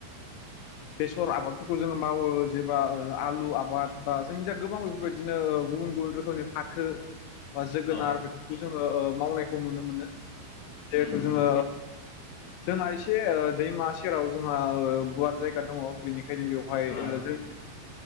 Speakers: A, on the left (about 80°); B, on the left (about 65°).
A: बेसर आबादफोरखौ जोङो मावो जेबा ओ <unintelligible> आलु आबाद बा जोंनि जा गोबां बेफोरबायदिनो गुबुन गुबुन रोखोमनि फाथो बा जोगोनार
B: औ
A: बेफोरखौ जोङो ओ मावनायखौ नुनो मोनो। जिहेथु
B: उम उम
A: जोङो। जोंना एसे ओ दैमा सेराव जोंहा गुवार जायगा दङ बेनि बेओंखायनो बेवहाय
B: ओ
A: जों